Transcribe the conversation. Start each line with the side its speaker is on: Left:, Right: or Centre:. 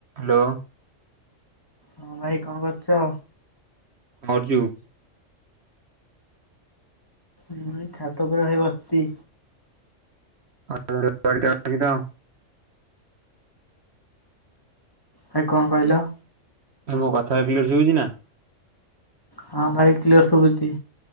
Right: ହାଲୋ।
Left: ହଁ ଭାଇ କଣ କରୁଚ?
Right: <unintelligible>
Left: ମୁଁ ଏଇ ଛାତ ଉପରେ ଭାଇ ବସିଚି।
Right: <inaudible>
Left: ଭାଇ କଣ କହିଲ?
Right: ଭାଇ ମୋ କଥାଟା କ୍ଲିଆର ଶୁଭୁଚି ନା?
Left: ହଁ ଭାଇ କ୍ଲିୟର ଶୁଭୁଚି।